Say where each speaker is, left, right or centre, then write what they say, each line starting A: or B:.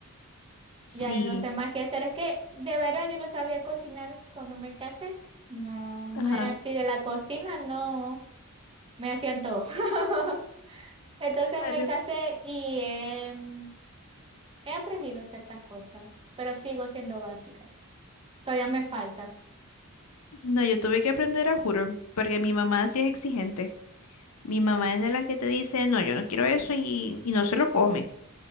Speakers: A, on the left; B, on the right.
A: Sí,
B: ya yo no sé más qué hacer. Es que de verdad yo no sabía cocinar cuando me casé. No, no
A: ajá,
B: era así de la cocina, no, me hacían todo. <laughs> Entonces
A: claro.
B: me casé y em, he aprendido ciertas cosas, pero sigo siendo básica. Todavía me falta.
A: No, yo tuve que aprender a juro, porque mi mamá sí es exigente. Mi mamá es de las que te dice, no, yo no quiero eso y, y no se lo come.